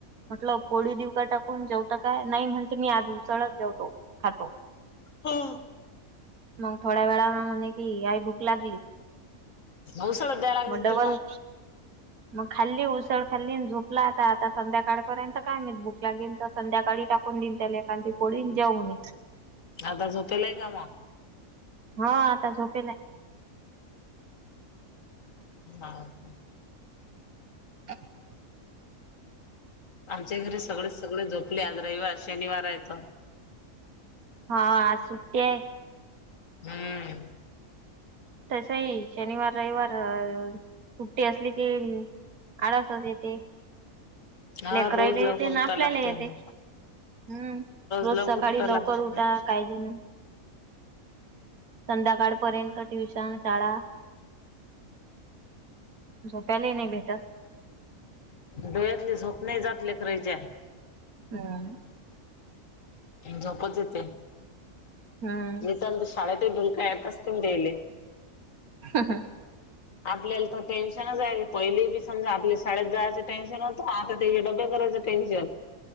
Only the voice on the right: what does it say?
म्हटलं पोळी देऊ का टाकून, जेवता काय नाही म्हणते मी आज उसळच जेवतो खातो.
मग थोड्या वेळानं म्हणे कि, आई भूक लागली.
मग डबल
मग खाल्ली उसळ खाल्ली झोपला आता, आता संध्याकाळपर्यंत काय माहित भूक लागीन तर संध्याकाळी टाक कोण दिन त्याला कांदे पोळी जाऊनि
हो ता झोपेला आहे.
<unintelligible>
हा आज सुट्टी आहे.
तसंही शनिवार रविवार सुट्टी असली की आळसचं येते
लेकरायला
येते,
ना
आपल्याला
येते.
हा रोज
सकाळी
लवकर
उठा.
काय बी नाय संध्याकाळपर्यंत ट्युशन, शाळा झोपायलाही नाही भेटत.
हा
हा
हा हा.